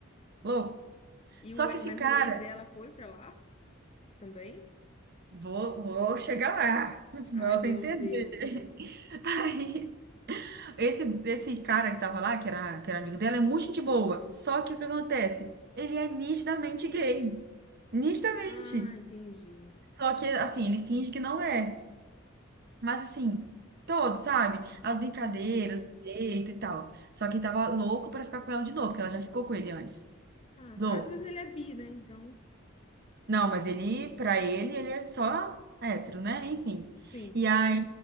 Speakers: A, on the right; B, on the left.
A: Louco.
B: E
A: Só
B: o,
A: que
B: e-
A: esse
B: mas
A: cara,
B: o ex dela foi pra lá também?
A: vou, vou chegar lá, <laughs>
B: Ai,
A: pra
B: meu
A: você entender.
B: Deus.
A: <laughs> Aí, esse, esse cara que tava lá, que era, que era amigo dela, é muito gente boa. Só que o que acontece? Ele é nitidamente gay. Nitidamente.
B: Ah, entendi.
A: Só que, assim, ele finge que não é. Mas assim, todos, sabe? As brincadeiras,
B: Aham.
A: o jeito e tal. Só que tava louco pra ficar com ela de novo, porque ela já ficou com ele antes.
B: Ah,
A: Louco.
B: tá. Às vezes ele é bi, né? Então,
A: Não, mas ele, pra ele, ele é só hétero, né? Enfim.
B: sim.
A: E aí,